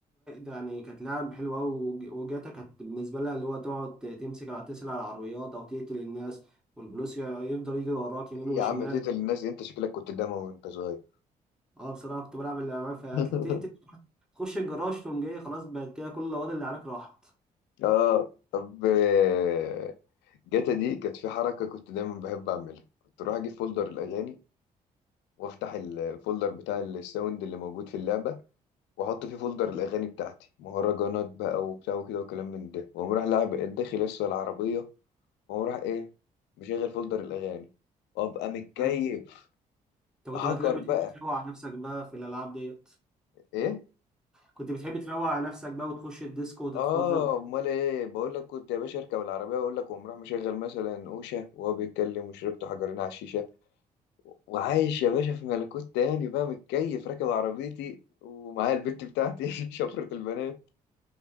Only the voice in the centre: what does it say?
يعني كانت لعب حلوة أوي وج- وجاتا كانت بالنسبة لها اللي هو تقعد تمسك على تسرق العربيات أو تقتل الناس والبلوس ي- يفضل يجري وراك يمين
وشمال
أه بصراحة كنت بلعب اللعبة فيها
تقتل تخش الجراج تقوم جاي خلاص بقت كده كل الأوض اللي عليك راحت
أنت كنت
بتلاقيك بتحب
تروق على نفسك بقى في الألعاب ديت
كنت بتحب تروق على نفسك بقى وتخش الديسكو وتتفرج